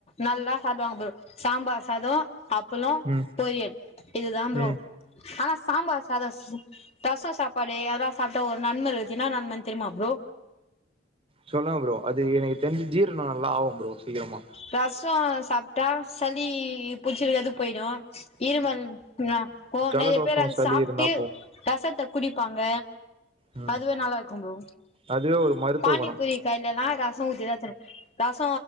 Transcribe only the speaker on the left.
நல்லா சாப்டுவாங்க ப்ரோ சாம்பார் சாதோ அப்புளோ
பொரியல் இதுதா ப்ரோ
ஆனா சாம்பார் சாதோ ரச சாப்பாடு அதுலா சாப்டா ஒரு நன்ம இருக்து என்னா நன்மனு தெரியுமா ப்ரோ
ரச சாப்டா சளி புடிச்சிருக்கது போயிடு இருமல் இருக்கும்லா ஓ
நெறய பேர் அது
சாப்ட்டு
ரசத்த குடிப்பாங்க
அதுவே நல்லா இருக்கு ப்ரோ
பானிபூரி
கடைலல்லா ரச ஊத்திதா தணு ரச